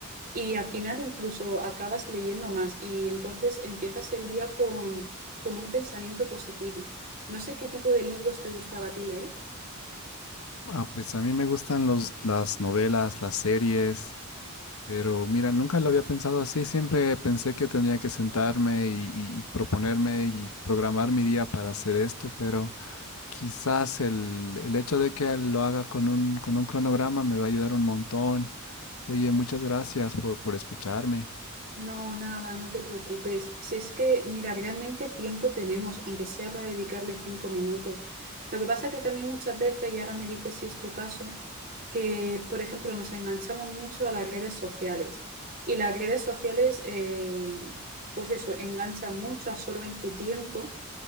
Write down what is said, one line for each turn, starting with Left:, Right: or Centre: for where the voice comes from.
Right: y al final incluso acabas leyendo más y entonces empiezas el día con, con un pensamiento positivo. No sé qué tipo de libros te gustaba a ti leer.
Left: Ah, pues a mí me gustan los, las novelas, las series, pero mira, nunca lo había pensado así. Siempre pensé que tenía que sentarme y, y y proponerme y programar mi día para hacer esto, pero Quizás el, el hecho de que lo haga con un, con un cronograma me va a ayudar un montón. Oye, muchas gracias por, por escucharme.
Right: No, nada, no te preocupes. Si es que, mira, realmente tiempo tenemos, aunque sea para dedicarle cinco minutos. Lo que pasa que también muchas veces, y ahora me dices si es tu caso, que, por ejemplo, nos enganchamos mucho a las redes sociales. Y las redes sociales, eh, pues eso, enganchan mucho, absorben tu tiempo.